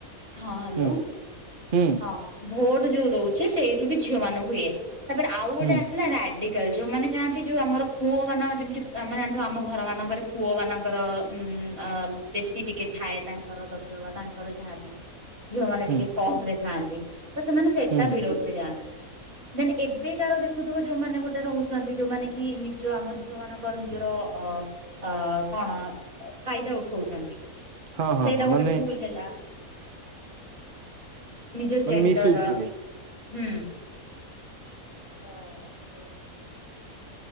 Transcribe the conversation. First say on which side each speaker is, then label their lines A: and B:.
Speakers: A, on the right (about 75°); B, on the right (about 45°).
A: ହଁ ହ୍ୟାଲୋ
B: ହୁଁ ହୁଁ
A: ହଁ ଭୋଟ ଯୋଉ ଦଉଛେ ସେଇ। ଝିଅ ମାନଙ୍କୁ ଇଏ ତାପରେ ଆଉ ଗୋଟେ
B: ହୁଁ
A: ଆସିଲା ରାଡି ଯୋଉମାନେେ ଚାହାନ୍ତି ଯୋଉ ଆମର ପୁଅ ମାନ ଯେମତି ଆମେ ଜାଣିୁ ଆମ ଘର ମାନଙ୍କରେ ପୁଅ ମାନଙ୍କର ଉଁ ବେଶୀ ଟିକେ ଥାଏ ତାଙ୍କର ଦବ ଦବା ତାଙ୍କର ଯାହାବି। ଝିଅମାନେ
B: ହୁଁ
A: ଟିକେ କମ ରେ ଥାଆନ୍ତି ତ ସେମାନେ ସେଟା
B: ହୁଁ
A: ବିରୋଧରେ ଯାଆନ୍ତି। ଦେନ୍ ଏବେ କାର ଦେଖୁଥିବ ଯୋଉମାନେ ଗୋଟେ ରହୁଛନ୍ତି ଯୋଉମାନେ କି ନିଜ ଆମ ଝିଅ ମାନଙ୍କର ନିଜର ଅ ଅ କଣ ଫାଇଦା ଉଠଉଛନ୍ତି
B: ହଁ ହଁ
A: ସେଇଟା
B: ହଁ
A: ଗୋଟେ
B: ମାନେ
A: ଭୁଲ ହେଲା। ନିଜୋ
B: ମାନେ
A: ଜେଣ୍ଡର
B: ମିସ୍ ୟୁଜ କରିବା
A: ହୁଁ। ତ ସେଇଟା।